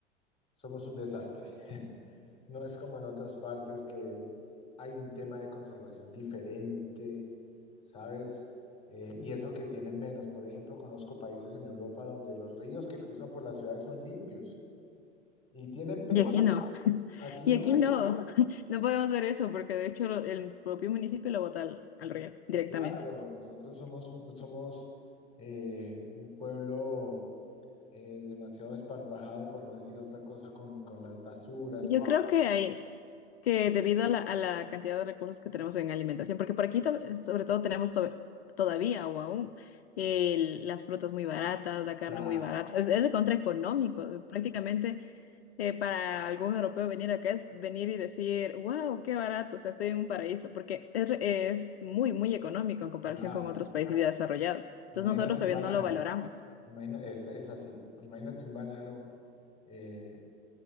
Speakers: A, on the left; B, on the left.
A: somos un desastre. <laughs> No es como en otras partes que hay un tema de conservación diferente, ¿sabes? Eh, y eso que tienen menos. Por ejemplo, conozco países en Europa donde los ríos que cruzan por las ciudades son limpios y tienen peces.
B: Y aquí no, <laughs>
A: Aquí
B: y
A: no.
B: aquí no, <laughs> no podemos ver eso porque de hecho lo- el propio municipio lo bota al al río directamente.
A: Claro, nosotros somos un, somos, eh, un pueblo eh, demasiado esparpajado, por no decir otra cosa, con, con las basuras,
B: Yo
A: con
B: creo
A: el cuidado.
B: que hay, que debido a la, a la cantidad de recursos que tenemos en alimentación, porque por aquí to- sobre todo tenemos to- todavía o aún el- las frutas muy baratas, la carne
A: Claro,
B: muy barata, es, es de contraeconómico, prácticamente eh, para algún europeo venir acá es venir y decir, wow, qué barato, o sea, estoy en un paraíso, porque es, re- es muy, muy económico en comparación
A: claro.
B: con otros países ya desarrollados. Entonces
A: Imagínate
B: nosotros
A: un
B: todavía
A: banano,
B: no lo valoramos.
A: imagina, es, es así. Imagínate un banano, eh,